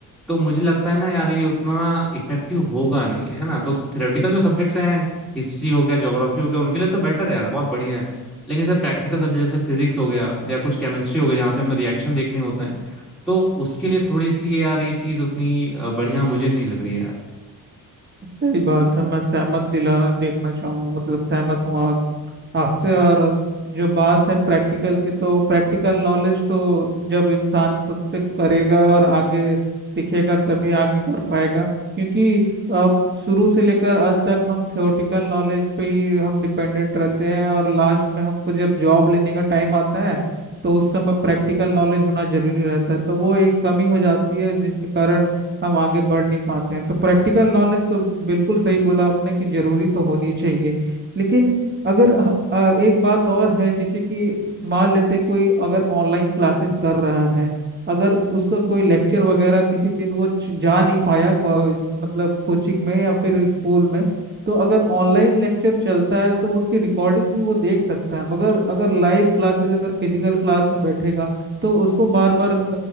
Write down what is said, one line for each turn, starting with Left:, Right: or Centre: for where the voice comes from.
Centre: तो मुझे लगता है ना यार ये उतना इफेक्टिव होगा नहीं है ना तो थ्योरेटिकल जो सब्जेक्ट्स हैं हिस्ट्री हो गया ज्योग्राफी हो गया उनके लिए तो बेटर है यार बहुत बढ़िया है लेकिन जैसे प्रैक्टिकल सब्जेक्ट जैसे फिजिक्स हो गया या कुछ केमिस्ट्री हो गया जहाँ पे हमें रिएक्शन देखने होते हैं तो उसके लिए थोड़ी सी यार ये चीज उतनी अ, बढ़िया मुझे नहीं लग रही है यार
Right: सही बात है मैं सहमत दिलाना देखना चाहूंगा मतलब सहमत हूँ आपसे और जो बात है प्रैक्टिकल की तो प्रैक्टिकल नॉलेज तो जब इंसान खुद से करेगा और आगे सीखेगा तभी आगे कर पाएगा क्योंकि अब शुरू से लेकर अंत तक हम थियोरेटिकल नॉलेज पे ही हम डिपेंडेंट रहते हैं और लास्ट में हमको जब जॉब लेने का टाइम आता है तो उस समय प्रैक्टिकल नॉलेज होना जरूरी रहता है तो वो एक कमी हो जाती है जिसके कारण हम आगे बढ़ नहीं पाते हैं तो प्रैक्टिकल नॉलेज तो बिल्कुल सही बोला आपने कि जरूरी तो होनी चाहिए लेकिन अगर ह- अ, एक बात और है जैसे कि मान लेते हैं कोई अगर ऑनलाइन क्लासेस कर रहा है अगर उसका कोई लेक्चर वगैरह किसी दिन वो च- जा नहीं पाया को, मतलब कोचिंग में या फिर स्कूल में तो अगर ऑनलाइन लेक्चर चलता है तो उसकी रिकॉर्डिंग भी वो देख सकता है मगर अगर लाइव क्लासेस अगर फिजिकल क्लास में बैठेगा तो उसको बार बार